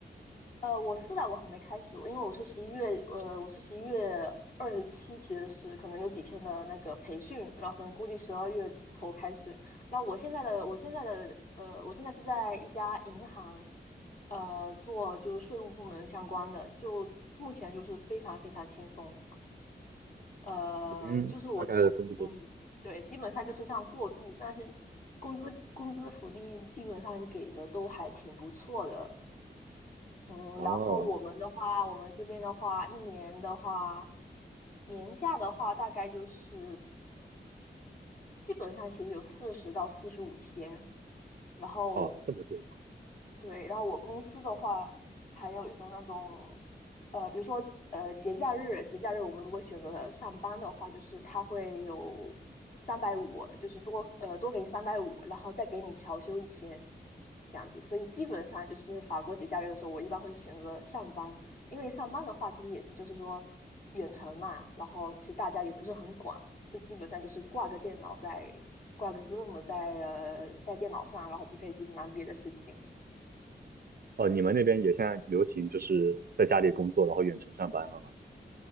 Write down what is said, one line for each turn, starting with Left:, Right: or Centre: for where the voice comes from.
Left: 呃，我是的，我还没开始，因为我是十一月，呃，我是十一月二十七，其实是可能有几天的那个培训，然后可能估计十二月头开始。然后我现在的，我现在的，呃，我现在是在一家银行，呃，做就是税务部门相关的，就目前就是非常非常轻松，呃，
Right: 一天大概工作多久？
Left: 就是我我嗯，对，基本上就是这样过渡，但是工资工资福利基本上给的都还挺不错的，嗯，
Right: 哦
Left: 然后我们的话，我们这边的话，一年的话，年假的话，大概就是基本上其实有四十到四十五天，然后
Right: 哦，这么多吗？
Left: 对，然后我公司的话，还有一种那种，呃，比如说呃节假日，节假日我们如果选择了上班的话，就是他会有三百五，就是多呃多给你三百五，然后再给你调休一天，这样子。所以基本上就是在法国节假日的时候，我一般会选择上班，因为上班的话其实也是就是说远程嘛，然后其实大家也不是很管，就基本上就是挂个电脑在挂个 Zoom 在呃在电脑上，然后就可以去忙别的事情。
Right: 哦，你们那边也现在流行就是在家里工作，然后远程上班了吗？